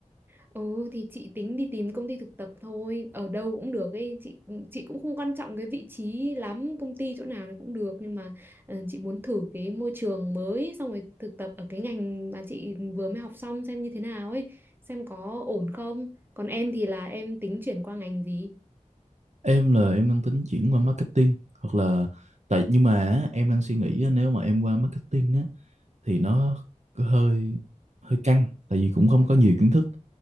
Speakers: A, on the right (about 15°); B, on the right (about 60°).
A: Ừ thì chị tính đi tìm công ty thực tập thôi ở đâu cũng được ấy chị chị cũng không quan trọng cái vị trí lắm công ty chỗ nào thì cũng được nhưng mà ờ, chị muốn thử cái môi trường mới xong rồi thực tập ở cái ngành mà chị vừa mới học xong xem như thế nào ấy xem có ổn không còn em thì là em tính chuyển qua ngành gì
B: em là em đang tính chuyển qua marketing hoặc là tại nhưng mà á, em đang suy nghĩ á, nếu mà em qua marketing á thì nó có hơi hơi căng tại vì cũng không có nhiều kiến thức